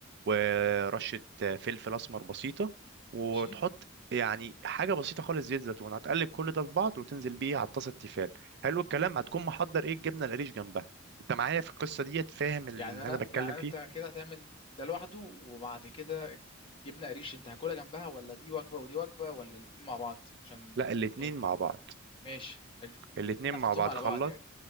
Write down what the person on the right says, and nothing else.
ورشة فلفل أسمر بسيطة وتحط
يعني حاجة بسيطة خالص زيت زيتون هتقلب كل ده في بعض وتنزل بيه على الطاسة التيفال حلو الكلام هتكون محضر ايه الجبنة القريش جنبها انت معايا في القصة ديت فاهم اللي
انا بتكلم
فيه
لا الاتنين
مع بعض
الاتنين
مع
بعض
خلط